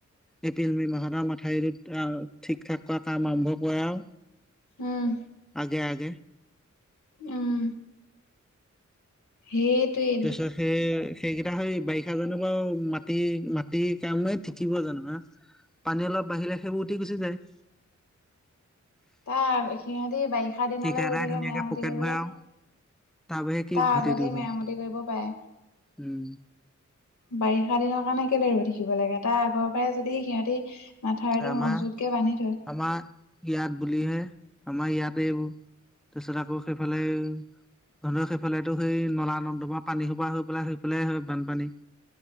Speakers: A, in the centre; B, on the left.
A: এপ্ৰিল মে' মাহত আৰু মথাউৰিটোত ঠিক ঠাক কৰা কাম আৰম্ভ কৰে আৰু।
B: উম
A: আগে আগে,
B: উম। সেইটোৱে।
A: তাৰপিছত সেই সেইকেইটা সেই বাৰিষা জানো বাৰ মাত মা মাটিৰ কামে থঠিকিব জানো হা পানী অলপ বাঢ়িলে সেইবোৰ উঠি গুচি যায়।
B: তাৰ সিহঁতি বাৰিষা দিনলে
A: ঠিকাদাই
B: ৰৈ থাকে
A: ধুনীয়াকে
B: মেৰামতি
A: পকেট
B: কৰিবলৈ।
A: ভৰাও বাহিৰে কি
B: তাৰ
A: ঘটিটো
B: আগতেই
A: হয়
B: মেৰামতি কৰিব পাৰে।
A: উম
B: বাৰিষা দিনৰ কাৰণে কেলে ৰৈ থাকিব লাগে তাৰ আগৰ পৰাই, যদি সিহঁতি মাথাৰিটো
A: আমাৰ
B: মজুতকে বান্ধি থয়।
A: আমাৰ ইয়াত বুলিহে আমাৰ ইয়াতে এইবোৰ, তাৰপিছত আকৌ সেইফালে, ধৰি লৰক সেইফালেতো সেই নলা নদমাৰ পানী সোপা হৈ পেলাই সেইফালাই হয় বানপানী।